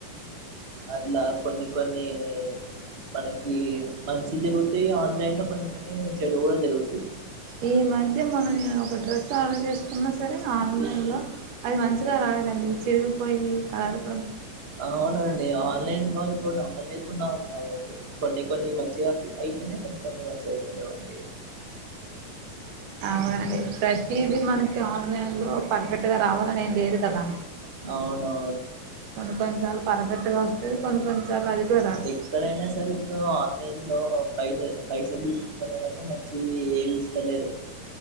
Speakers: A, on the right; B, on the right.
A: అట్లా కొన్ని కొన్ని మనకి మంచి జరుగుతాయి ఆన్లైన్ లో కొన్ని కొన్ని చెడు కూడా జరుగుతాయి
B: ఈ మధ్య మనం ఒక డ్రెస్ ఆర్డర్ చేసుకున్నా సరే ఆన్లైన్ లో అది మంచిగా రాలే కాదండి చ చిరుగుపోయి కారు
A: అవునండి ఆన్లైన్ ఇప్పుడు నమ్మలేకుండా ఉన్నాము అండి కొన్ని కొన్ని మంచిగా అయితున్నాయి కొన్ని కొన్ని మంచిగా అయితాలేవండి
B: అవునండి ప్రతిదీ మనకి ఆన్లైన్ లో పర్ఫెక్ట్ గా రావాలని ఏం లేదు కదా
A: అవునవును
B: కొన్ని కొన్నిసార్లు పర్ఫెక్ట్గా వస్తుంది కొన్ని కొన్నిసార్లు అది కూడా రాదు
A: ఎక్కడైనా సరే ఇప్పుడు ఆన్లైన్ లో పైస పైసల్ తీసుకుంటారు కానీ మంచివి ఏవి ఇస్తాలేరు